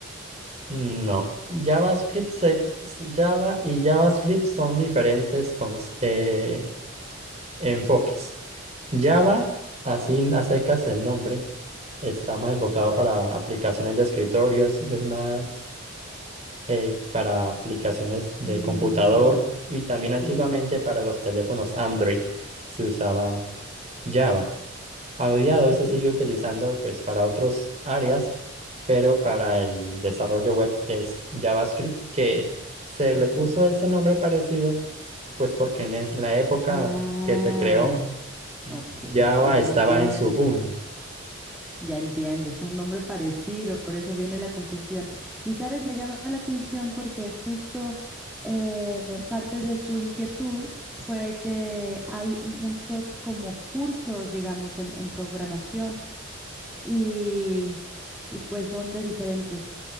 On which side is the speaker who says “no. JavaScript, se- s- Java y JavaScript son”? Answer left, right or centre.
Right